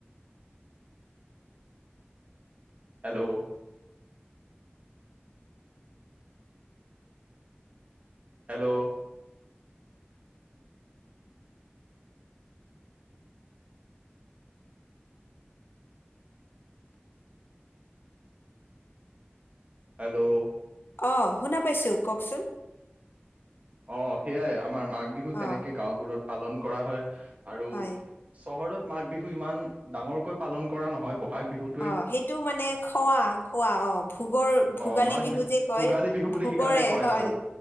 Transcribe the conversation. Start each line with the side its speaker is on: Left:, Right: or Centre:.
Right: হেল্ল' হেল্ল' হেল্ল'
Left: অ', শুনা পাইছোঁ কওকচোন
Right: অ' সেইয়াই আমাৰ মাঘ বিহু তেনেকে
Left: অ
Right: গাওবোৰত পালন কৰা হয় আৰু
Left: হয়
Right: চহৰত মাঘ বিহু ইমান ডাঙৰকৈ পালন কৰা নহয় বহাগ বিহুত
Left: অ' সেইটো মানে খোৱা খোৱা, অ', ভোগৰ ভোগালী
Right: অ মাঘ
Left: বিহু যে কয়।
Right: ভোগালী বিহু বুলি
Left: ভোগৰে
Right: সেইকাৰণে কয়
Left: হয়
Right: আৰু